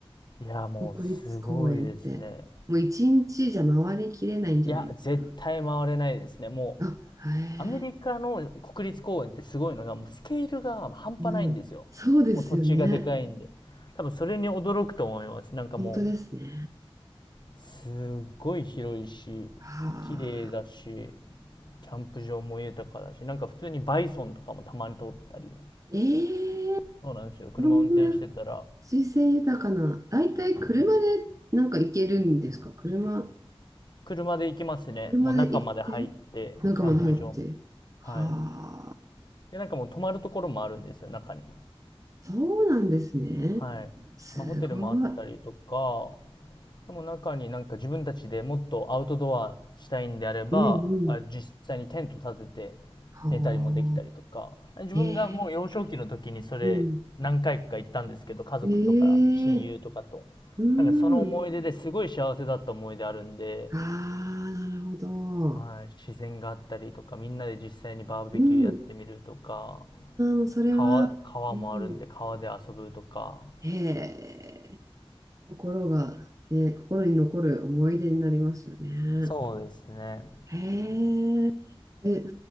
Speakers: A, on the left (about 45°); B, on the right (about 35°).
A: いや、もうすごいですね。
B: 国立公園って。もう一日じゃ回りきれないんじゃないですか。
A: いや、絶対回れないですね。もう、
B: あ、へ
A: アメリカの国立公園ってすごいのが、
B: え、
A: もうスケールが半端ないんですよ。
B: うん。そうですよね。
A: もう土地がでかいんで。多分それに驚くと思います。なんかも
B: 本当ですね。
A: う、すっごい広いし、
B: はあ。
A: 綺麗だし、キャンプ場も豊かだし、なんか普通にバイソンとかもたまに通ってたり。
B: ええ
A: そうなんですよ。車運転してたら、
B: そんな。水性豊かな、だいたい車でなんか行けるんですか車、
A: 車で行きますね。
B: 車で行って、
A: もう中まで入って、
B: 仲間に入って。
A: キャンプ場も。
B: はあ、
A: はい。で、なんかもう泊まるところもあるんですよ、中に。
B: そうなんですね。
A: はい。
B: すごい。
A: まあ、ホテルもあったりとか、でも中になんか自分たちでもっとアウトドアしたいんであれば、
B: うんうん。
A: あ、実際にテント立てて
B: はあ。
A: 寝たりもできたりとか、自分がもう幼少期の時にそれ何回か行ったんですけど、
B: ええうん。
A: 家族とか親友とかと。
B: ええうん。
A: なんかその思い出ですごい幸せだった思い出あるんで、
B: ああ、なるほど。
A: はい、自然があったりとか、みんなで実際にバーベキューやってみるとか、
B: うん。ああ、それは、
A: 川、川もあるんで川で遊ぶとか。
B: うん。ええ心が、ね、心に残る思い出になりますよね。
A: そうですね。
B: へえ。え、